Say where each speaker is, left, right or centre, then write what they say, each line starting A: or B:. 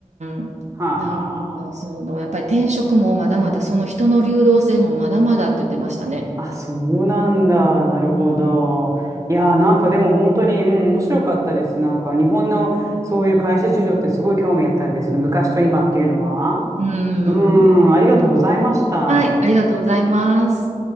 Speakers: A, on the right; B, on the right.
A: ん。
B: は
A: なんか、
B: あ。
A: その、やっぱり転職もまだまだ、その人の流動性もまだまだって言ってましたね。
B: あ、そうなんだ。なるほど。
A: うん。
B: いやー、なんかでも本当に、うん、面白かったです。なんか日本のそういう会社事情ってすごい興味あったんです。昔と今っていうのは。
A: うん。
B: うん、ありがとうございました。
A: はい、ありがとうございます。